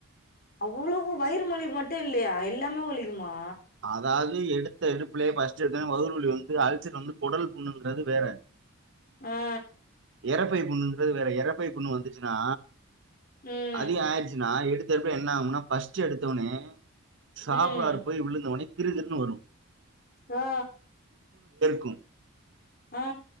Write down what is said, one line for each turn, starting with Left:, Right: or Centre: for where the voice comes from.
Left: அவ்ளவு வயிறு மொழி மட்டு இல்லையா எல்லாமே வலிக்குமா
Right: அதாவது எடு த்த எடுப்புலயே ஃபர்ஸ்ட் எடுத்த உடனே வவுறு வலி வந்து அல்சர் வந்து குடல் புண்ணுங்கிறது வேற
Left: ஆ
Right: எறட் இறப்பை புண்ணுகிறது வேற எறப்பை புண்ணு வந்துச்சுன்னா
Left: ம்
Right: அதிக ஆயிடுச்சுனா எடுத் சிலபேர் என்ன ஆவுனா ஃபர்ஸ்ட் எடுத்த உடனே சாப்பாடு
Left: ம்
Right: போய் விழுந்து உனே கிருகிருன்னு வரு
Left: ஆ
Right: கும்
Left: ஆ